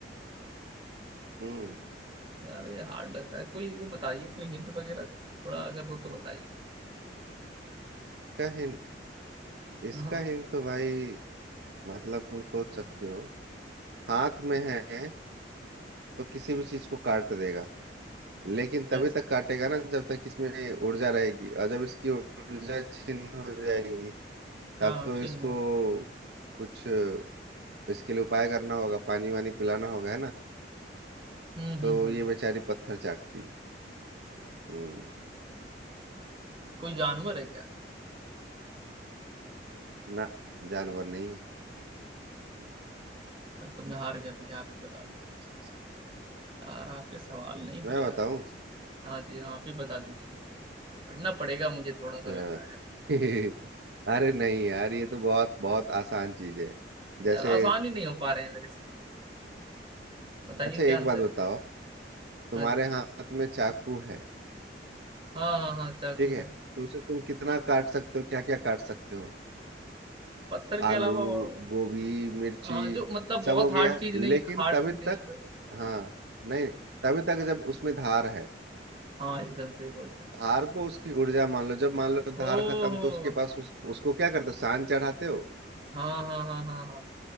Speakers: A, on the right; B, on the right.
A: हम्म
B: यार ये हार्ड लग रहा है कोई वो बताइए कोई हिंट वगैरह थोड़ा अगर हो तो बताइए
A: इसका हिंट इसका
B: हाँ
A: हिंट तो भाई मतलब तुम सोच सकते हो हाथ में है तो किसी भी चीज को काट देगा लेकिन
B: ऐसा
A: तभी तक काटेगा ना जब तक इसमें ऊर्जा रहेगी और जब इसकी ऊर्जा छिन्न हो जाएगी तब
B: हाँ
A: तो
B: चिन्ह
A: इसको
B: हो
A: कुछ इसके लिए उपाय करना होगा पानी वानी पिलाना होगा है ना
B: हम्म
A: तो
B: हम्म हम्म
A: ये बेचारी पत्थर चाटती है हम्म
B: कोई जानवर है क्या
A: ना जानवर नहीं है
B: अरे तो मैं हार गया भैया आप ही बता दीजिए आंसर इसका। यार आपके सवाल नहीं हो
A: मैं
B: रहे आज
A: बताऊं
B: मेरे से हाँ जी हाँ, आप ही बता दीजिए पढ़ना पड़ेगा मुझे थोड़ा सा
A: अच्छा।
B: लग रहा है
A: <laughs> अरे नहीं यार ये तो बहुत बहुत आसान चीज है जैसे
B: यार आसान ही नहीं हो पा रहे हैं मेरे से बताइए
A: अच्छा
B: क्या
A: एक
B: आंसर
A: बात बताओ
B: है
A: तुम्हारे
B: हाँ जी
A: हाथ में चाकू है
B: हाँ हाँ हाँ चाकू
A: ठीक है
B: है
A: तो उसे तुम कितना काट सकते हो क्या क्या काट सकते हो
B: पत्थर के
A: आलू
B: अलावा और
A: गोभी मिर्ची
B: हाँ जो मतलब बहुत
A: सब हो
B: हार्ड
A: गया
B: चीज नहीं
A: लेकिन
B: हार्ड
A: तभी
B: चीज नहीं
A: तक
B: है तो
A: हाँ नहीं तभी तक जब उसमें धार है
B: हाँ एकदम सही बोल रहे हैं
A: धार को उसकी ऊर्जा मान लो जब मान लो धार
B: ओहो
A: खत्म तो उसके पास उस, उसको क्या करते हो सान चढ़ाते हो
B: हाँ हाँ हाँ हाँ हाँ